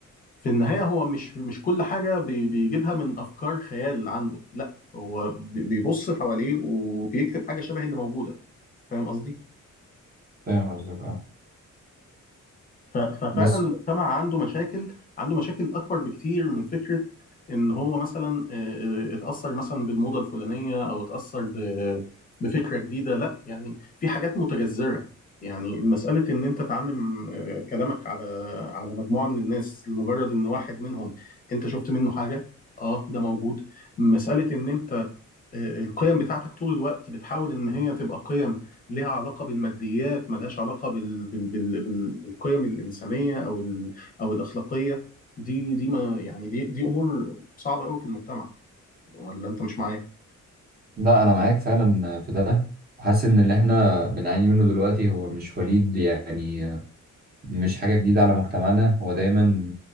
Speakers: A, on the left; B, on the right.
A: في النهاية هو مش مش كل حاجة بي- بيجيبها من افكار خيال عنده لا هو بي- بيبص حواليه وبيكتب حاجة شبه اللي موجودة فاهم قصدي
B: فاهم قصدك اه
A: ف- ففعلا
B: بس
A: المجتمع عنده مشاكل عنده مشاكل اكبر بكتير من فكره ان هو مثلا آه، آه، اتاثر مثلا بالموضه الفلانيه او اتاثر ب- بفكره جديده لا يعني في حاجات متجذره يعني مساله ان انت تعمم آه، كلامك على على مجموعه من الناس لمجرد ان واحد منهم انت شفت منه حاجه اه ده موجود مساله ان انت آه، القيم بتاعتك طول الوقت بتحاول ان هي تبقى قيم لها علاقه بالماديات ملهاش علاقه بال... بال... بال... بال... بالقيم الانسانيه او ال... او الاخلاقيه دي دي ما يعني دي دي امور صعبه قوي في المجتمع ولا انت مش معايا
B: لا انا معاك فعلا في ده حاسس ان اللي احنا بنعاني منه دلوقتي هو مش وليد يعني مش حاجه جديده على مجتمعنا هو دايما